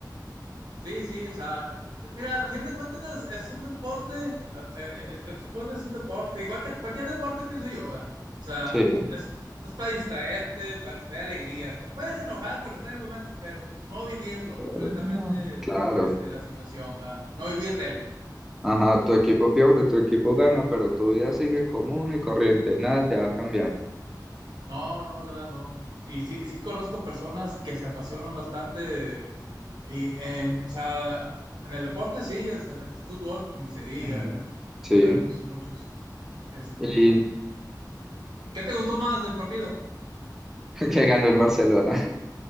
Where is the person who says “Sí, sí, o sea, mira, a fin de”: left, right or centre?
Right